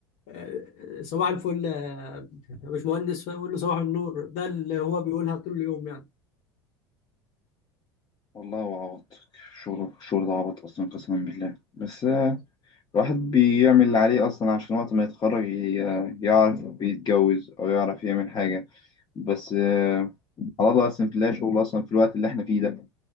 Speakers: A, on the left (about 55°); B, on the left (about 30°).
A: آه، صباح الفل آه، يا باشمهندس فيقول له صباح النور ده اللي هو بيقولها طول اليوم يعني
B: والله هو عبط الشغل الشغل ده عبط اصلا قسما بالله بس آه، الواحد بيعمل اللي عليه اصلا عشان وقت ما يتخرج ي- يعرف يتجوز او يعرف يعمل حاجه بس آه، على الله بس في الله شغل اصلا في الوقت اللي احنا فيه ده